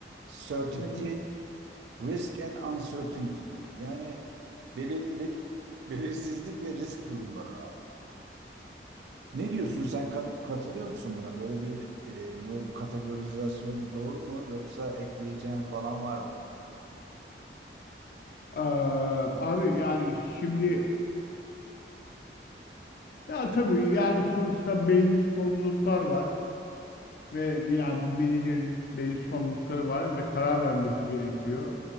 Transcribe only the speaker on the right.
Certainty,
Risk and uncertainty diyor. Yani belirlilik, <laughs> belirsizlik ve risk durumları abi. Ne diyorsun sen kat- katılıyor musun buna? Böyle bir e, böyle kategorizasyon doğru mu yoksa ekleyeceğin falan var mı?